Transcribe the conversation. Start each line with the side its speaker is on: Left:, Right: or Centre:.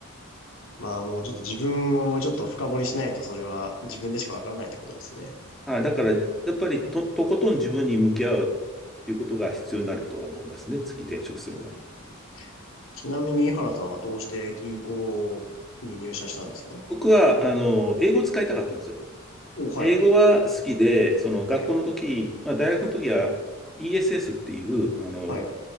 Left: まあもうちょっと自分をもうちょっと深掘りしないとそれは自分でしかわからないってことですね。
Centre: あだから、やっぱりと、とことん自分に向き合うっていうことが必要になるとは思いますね。次転職する前に。
Left: うんうんうんちなみに井原さんはどうして銀行に入社したんですか
Centre: 僕は、あの、英語を使いたかったんですよ。
Left: お、はい、
Centre: 英語は好きで、その学校の時、
Left: はい、
Centre: まあ、大学の時は ESS っていう、あの、
Left: はい、